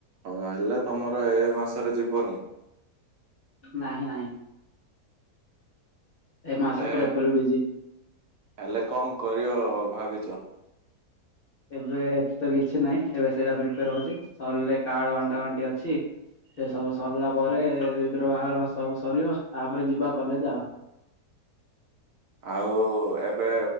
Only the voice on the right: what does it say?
ହଁ ହେଲେ ତମର ଏ ମାସରେ ଯିବନି ।
ହେଲେ
ହେଲେ କଣ କରିବ ଭାବିଚ?
ଆଉ ଏବେ